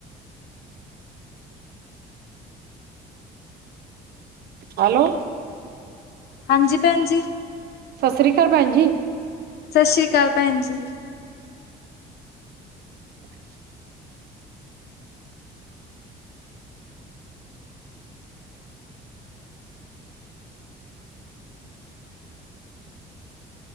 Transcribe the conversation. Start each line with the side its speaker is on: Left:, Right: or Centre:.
Right: ਹੈਲੋ।
Left: ਹਾਂਜੀ ਭੈਣ ਜੀ।
Right: ਸਤਿ ਸ੍ਰੀ ਅਕਾਲ ਭੈਣ ਜੀ।
Left: ਸਤਿ ਸ੍ਰੀ ਅਕਾਲ ਭੈਣ ਜੀ।
Right: <inaudible>